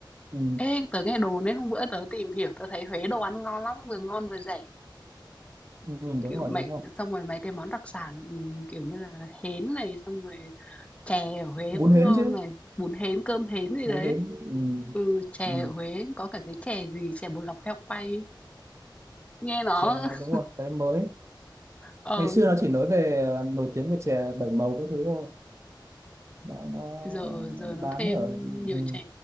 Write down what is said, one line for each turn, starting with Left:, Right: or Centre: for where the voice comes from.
Right: ừ.
Left: ê, tớ nghe đồn ấy, hôm bữa tớ tìm hiểu, tớ thấy Huế đồ ăn ngon lắm, vừa ngon vừa rẻ.
Right: ừ, đúng
Left: Kiểu,
Right: rồi
Left: mấy
Right: đúng rồi
Left: xong rồi mấy cái món đặc sản, ừm, kiểu như là, hến này, xong rồi chè ở Huế
Right: bún
Left: cũng
Right: hến
Left: ngon
Right: chứ
Left: này, bún hến, cơm hến gì
Right: bún
Left: đấy.
Right: hến ừ.
Left: Ừ, chè
Right: Ừ.
Left: ở Huế có cả cái chè gì, chè bột lọc heo quay ấy. Nghe nó
Right: chè đúng
Left: <laughs>
Right: rồi cái mới
Left: ờ,
Right: ngày xưa nó chỉ nói về ờ, nổi tiếng về chè bảy màu các thứ thôi nó, nó
Left: giờ giờ
Right: nó
Left: nó
Right: bán
Left: thêm
Right: ở
Left: nhiều
Right: ừ.
Left: chè,